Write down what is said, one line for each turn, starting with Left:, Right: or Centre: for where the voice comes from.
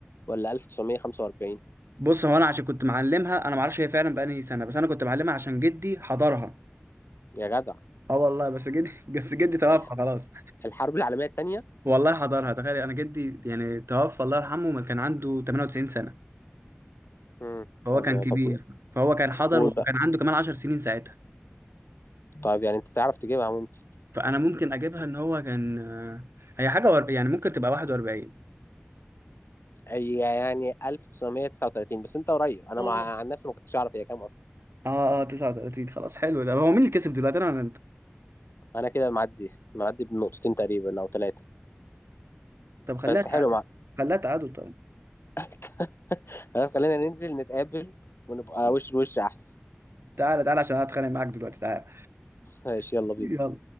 Left: ولا 1945
Right: بص هو انا عشان كنت معلمها انا ما اعرفش هي فعلا بقالي سنه بس انا كنت معلمها عشان جدي حضرها
Left: يا جدع
Right: اه والله بس جدي <laughs> بس جدي توفى
Left: الح-
Right: خلاص
Left: الحرب العالمية الثانية
Right: والله حضرها تخيل انا جدي يعني توفى الله يرحمه ما كان عنده 98 سنه
Left: امم ان
Right: فهو
Left: شاء
Right: كان
Left: الله
Right: كبير
Left: طب
Right: فهو كان حضر
Left: قول
Right: وكان
Left: بقى
Right: عنده كمان 10 سنين ساعتها
Left: طيب يعني انت تعرف تجيبها ممكن
Right: فانا ممكن اجيبها ان هو كان آه، هي حاجه ور... يعني ممكن تبقى 41
Left: هي يعني 1939 بس انت قريب انا
Right: اه
Left: مع عن نفسي ما كنتش اعرف هي كام اصلا
Right: اه اه 39 خلاص حلو ده هو مين اللي كسب دلوقتي انا ولا انت
Left: انا كده معدي معدي بنقطتين تقريبا او ثلاثة
Right: طب خليها
Left: بس
Right: تعادل
Left: حلو مع
Right: خليها تعادل طيب
Left: <laughs> خلاص خلينا ننزل نتقابل ونبقى وش لوش احسن
Right: تعالى تعالى عشان أنا اتخانق معاك دلوقتي تعالى
Left: ماشي يلا
Right: <laughs>
Left: بينا
Right: يلا